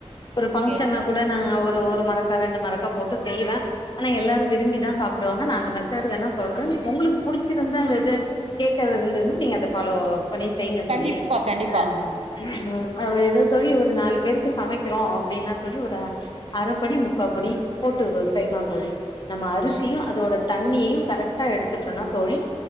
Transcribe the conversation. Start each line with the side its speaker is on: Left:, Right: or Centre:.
Left: ஒரு
Right: ஓகே
Left: பங்க்ஷன்னா கூட நாங்க ஒரு ஒரு மரக்கா ரெண்டு மரக்கா போட்டு செய்வே ஆனா எல்லாரு விரும்பிதா சாப்டுவாங்கா நா அந்த மெத்தேடு வேணா சொல்றே உங்களுக்கு புடிச்சிருந்தா அந்த இது கேக்க எது இருந்துன்னா நீங்க அத ஃபாலோ பண்ணி செய்யுங்க தோழி
Right: கண்டிப்பா கண்டிப்பா
Left: அ உ எதோ தோழி ஒரு நாலு பேருக்கு சமைக்கிறோ அப்படின்னா தோழி ஒரு ஆச் அரப்படி முக்கா படி போட்டு செய்யலா தோழி நம்ம அரிசியு
Right: ம்
Left: அதோட தண்ணியயு கரெக்டா எடுத்துட்டோன்னா தோழி